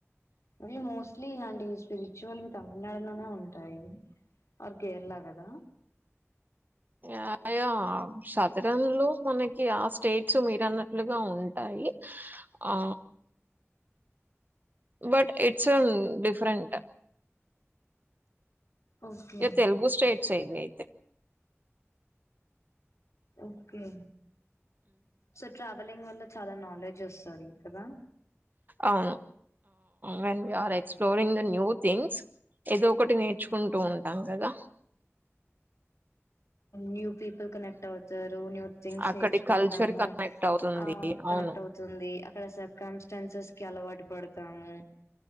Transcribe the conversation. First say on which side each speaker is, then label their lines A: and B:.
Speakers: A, on the left; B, on the right.
A: మీ మోస్ట్లీ ఇలాంటి స్పిరిచువల్వి తమిళనాడులోనే ఉంటాయి ఆర్ కేరళ కదా
B: ఆ యా సదరంలో మనకి ఆ స్టేట్స్ మీరున్నట్లుగా ఉంటాయి ఆ బట్ ఇట్స్ డిఫరెంట్
A: ఓకే
B: ఇగ తెలుగు స్టేట్ ట్స్ ఇవైతే
A: ఓకే సో ట్రావలింగ్ వల్ల చాలా నాలెడ్జ్ వస్తాది కదా
B: అవును when we are exploring the new things ఏదో ఒకటి నేర్చుకుంటూ ఉంటాం కదా
A: న్యూ పి పుల్ కనెక్ట్ అవుతారు న్యూ థింగ్స్
B: అక్కడి
A: నేర్చుకుంటాము
B: కల్చర్ కనెక్ట్ అవుతుంది
A: ఆ కనెక్ట్
B: అవును
A: అవుతుంది అక్కడ సర్కంస్టాన్సెస్ కి అలవాటు పడతాము